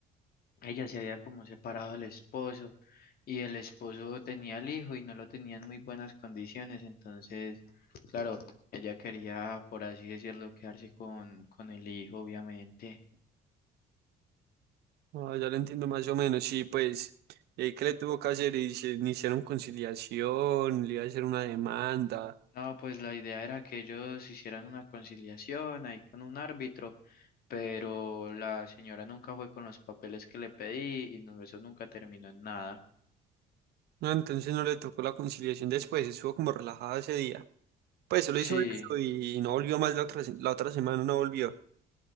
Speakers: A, on the left; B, on the right.
A: ella se había como separado del esposo y el esposo tenía el hijo y no lo tenía en muy buenas condiciones. Entonces, claro, ella quería, por así decirlo, quedarse con, con el hijo, obviamente.
B: No, ya lo entiendo más o menos. Sí, pues, eh, ¿qué le tuvo que hacer? Y se iniciaron conciliación, le iba a hacer una demanda.
A: No, pues la idea era que ellos hicieran una conciliación ahí con un árbitro, pero la señora nunca fue con los papeles que le pedí y no, eso nunca terminó en nada.
B: No, entonces no le tocó la conciliación después, estuvo como relajada ese día. Pues, solo
A: Sí,
B: hizo eso y no volvió más la otra, se- la otra semana, no volvió.